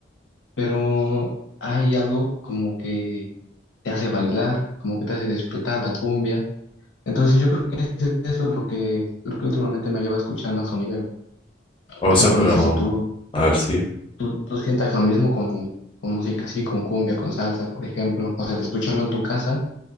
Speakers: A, on the left (about 70°); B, on the left (about 25°).
A: pero hay algo como que te hace bailar, como que te hace disfrutar la cumbia. Entonces yo creo que es- eso es lo que, lo que últimamente me lleva a escuchar más sonidero.
B: O
A: Por ejemplo,
B: sea, pero
A: no sé si tú,
B: a ver si
A: tú, tú sientas lo mismo con, con música así, con cumbia, con salsa, por ejemplo. O sea, de escucharlo en tu casa